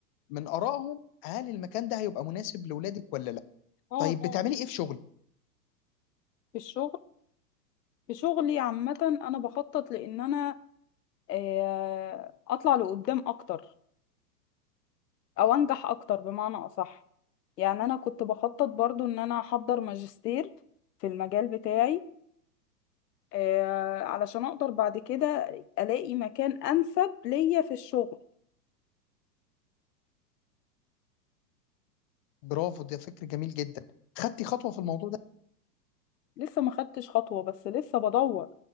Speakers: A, on the left (about 30°); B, on the left (about 75°).
A: من ارائهم هل المكان ده هيبقى مناسب لاولادك ولا لا
B: اه
A: طيب
B: طبعا
A: بتعملي ايه في شغلك
B: في الشغل في شغلي عامة انا بخطط لان انا آه، اطلع لقدام اكتر او انجح اكتر بمعنى اصح يعني انا كنت بخطط برضو ان انا احضر ماجستير في المجال بتاعي آه، علشان اقدر بعد كده الاقي مكان انسب ليا في الشغل
A: برافو ده فكر جميل جدا خدتي خطوه في الموضوع ده
B: لسه ما خدتش خطوة بس لسه بدور